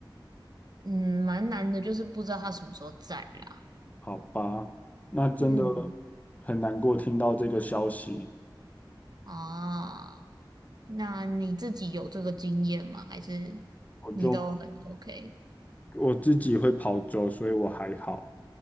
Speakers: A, on the right (about 55°); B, on the left (about 20°).
A: 嗯，蛮难的，就是不知道他什么时候在啦。
B: 好吧？那真的
A: 嗯
B: 很难过听到这个消息，
A: 啊，那你自己有这个经验吗？还是
B: 我就
A: 你都很 OK？
B: 我自己会跑走，所以我还好。